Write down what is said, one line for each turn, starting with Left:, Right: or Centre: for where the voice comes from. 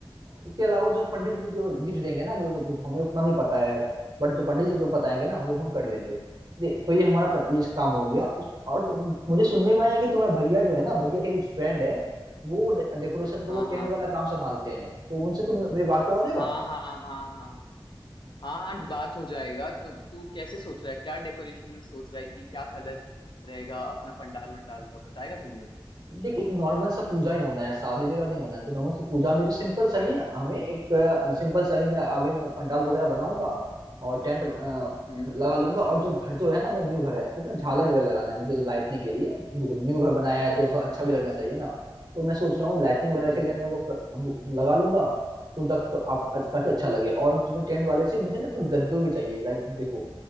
Right: उसके अलावा जो पंडित जी जो लिस्ट देंगे ना हमें वो तो हमें उतना नहीं पता है बट जो पंडित जी जो बताएंगे ना वो हम
Left: हम्म,
Right: कर लेंगे ये- तो ये हमारा पं- ये काम हो
Left: अच्छा
Right: गया उस और तुम- मुझे सुनने में आया कि तुम्हारे भैया जो है ना भैया के कुछ फ्रेंड है वो डे- डेकोरेशन का
Left: हाँ
Right: वो टेंट
Left: हाँ
Right: वाला काम संभालते हैं तो उनसे तुम मेरी बात करवा देगा
Left: हाँ हाँ हाँ हाँ हाँ हाँ बात हो जाएगा तो तू कैसे सोच रहा है क्या डेकोरेशन में सोच रहा है कि क्या कलर रहेगा अपना पंडाल वंडाल का बताएगा तू मुझे
Right: देख एक नॉर्मल सा पूजा ही होना है शादी वगैरह नहीं होना है तो नॉर्मल से पूजा में जो सिंपल सा ही है हमें एक सिंपल सा ही मैं आगे मैं पंडाल वगैरह बनाऊंगा और टेंट लगा
Left: हम्म
Right: लूंगा और जो घर जो है ना मेरा न्यू घर है तो उसमें झालर वगैरह लगाना है मुझे तो लाइटनिंग के लिए देखो न्यू घर बनाया है तो थोड़ा अच्छा
Left: हम्म
Right: भी लगना चाहिए ना तो मैं सोच रहा हूँ लाइटनिंग वगैरह
Left: हम्म
Right: के लिए
Left: हम्म
Right: मैं वो, क- वो लगा लूंगा तो तक आप काफी अच्छा लगे और जो टेंट वाले से मुझे ना कुछ गद्दे भी चाहिए लाइक देखो